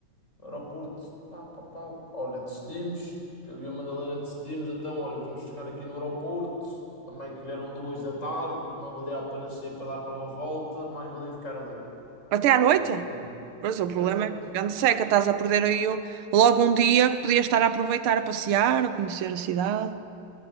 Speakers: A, on the left; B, on the right.
A: no aeroporto, pá, pá, pá, olha, decidimos, eu e a Madalena decidimos, então, olha, vamos ficar aqui no aeroporto, também que eram duas da tarde, não valia a pena sair para dar uma volta, mais valia ficar ali.
B: Até à noite?
A: E que grande,
B: Pois, o
A: até
B: problema
A: à noite.
B: é que grande seca, estás a perder aí o- logo um dia que podias estar a aproveitar, a passear, a conhecer a cidade.